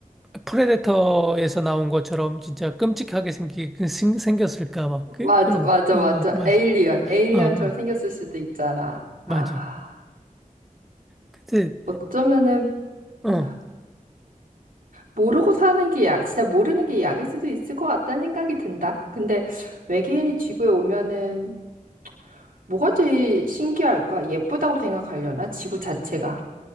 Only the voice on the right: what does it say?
맞아,
맞아,
맞아.
에일리언, 에일리언처럼
생겼을 수도 있잖아.
아,
어쩌면은
음, 모르고 사는 게 약, 진짜 모르는 게 약일 수도 있을 것 같다는 생각이 든다. 근데 외계인이 지구에 오면은 뭐가 제일 신기할까? 예쁘다고 생각하려나? 지구 자체가.